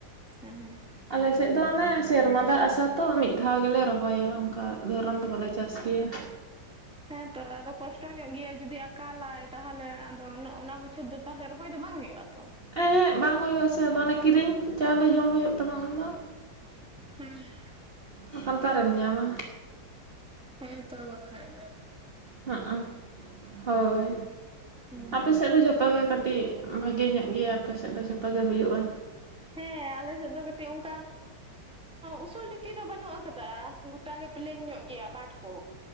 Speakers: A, in the centre; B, on the right (about 35°).
A: ᱦᱮᱸ
B: ᱟᱞᱮ ᱥᱮᱫ ᱫᱚ ᱚᱱᱮ ᱥᱮᱨᱢᱟ ᱫᱟᱜ ᱟᱥᱟ ᱛᱚ ᱢᱤᱫ ᱫᱷᱟᱣ ᱜᱮᱞᱮ ᱨᱚᱦᱚᱭᱟ ᱚᱱᱠᱟ ᱫᱷᱚᱨᱚᱱ ᱫᱚ ᱵᱟᱞᱮ ᱪᱟᱥ ᱜᱮᱭᱟ᱾ <unintelligible>
A: ᱦᱮᱸ ᱛᱚ ᱟᱫᱚ ᱠᱚᱥᱴᱚ ᱧᱚᱜ ᱜᱮᱭᱟ ᱡᱩᱫᱤ ᱟᱠᱟᱞᱟᱭ ᱛᱟᱦᱚᱞᱮ ᱟᱫᱚ ᱚᱱᱟ ᱵᱚᱪᱷᱚᱨ ᱫᱚᱼᱼ ᱛᱟᱦᱚᱞᱮ ᱨᱚᱦᱚᱭ ᱫᱚ ᱵᱟᱝ ᱦᱩᱭᱩᱜᱼᱟ ᱛᱚ?
B: ᱮᱸᱦᱮᱜ ᱵᱟᱝ ᱦᱩᱭᱩᱜᱼᱟ ᱥᱮ ᱟᱫᱚ ᱚᱱᱮ ᱠᱤᱨᱤᱧ ᱪᱟᱣᱞᱮ ᱡᱚᱢ ᱦᱩᱭᱩᱜ ᱛᱟᱢᱟ ᱚᱱᱟ ᱫᱚ,
A: ᱦᱮᱸ
B: ᱵᱟᱝᱠᱷᱟᱱ ᱚᱠᱟᱨᱮᱢ ᱧᱟᱢᱟ᱾
A: ᱦᱮᱸ ᱛᱚ ᱵᱟᱠᱷᱟᱡ ᱫᱚ
B: ᱦᱚᱸᱜᱼᱚᱭ ᱦᱚᱭ
A: ᱦᱩᱸ
B: ᱟᱯᱮ ᱥᱮᱫ ᱫᱚ ᱡᱚᱛᱚ ᱡᱚᱛᱚ ᱜᱮ ᱠᱟᱹᱴᱤᱡ ᱵᱷᱟᱹᱜᱮ ᱧᱚᱜ ᱜᱮᱭᱟ ᱟᱯᱮ ᱥᱮᱫ ᱫᱚ ᱡᱷᱚᱛᱚ ᱜᱮ ᱦᱩᱭᱩᱜᱼᱟ᱾
A: ᱦᱮᱸ ᱟᱞᱮ ᱥᱮᱫ ᱫᱚ ᱠᱟᱹᱴᱤᱡ ᱚᱱᱠᱟᱼᱼ ᱩᱥᱩᱞ ᱰᱷᱤᱯᱤ ᱫᱚ ᱵᱟᱹᱱᱩᱜ ᱟᱠᱟᱫᱟ ᱜᱚᱴᱟ ᱜᱮ ᱯᱞᱮᱱ ᱧᱚᱜ ᱜᱮᱭᱟ ᱢᱟᱴᱷ ᱠᱚ